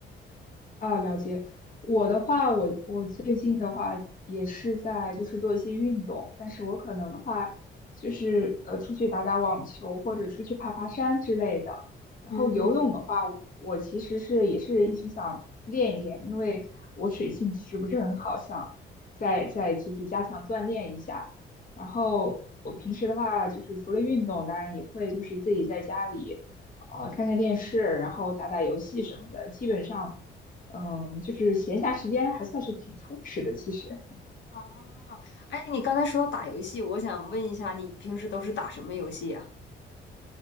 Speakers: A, on the left (about 45°); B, on the left (about 65°).
A: 啊，了解。我的话，我我最近的话也是在就是做一些运动，但是我可能的话就是呃出去打打网球或者出去爬爬山之类的。然后游泳的话，
B: 嗯，
A: 我其实是也是一直想练一练，因为我水性其实不是很好，想再再就是加强锻炼一下。然后我平时的话就是除了运动，当然也会就是自己在家里。啊呃看看电视，然后打打游戏什么的，基本上嗯，就是闲暇时间还算是挺充实的。其实
B: 啊。哎，你刚才说到打游戏，我想问一下，你平时都是打什么游戏呀？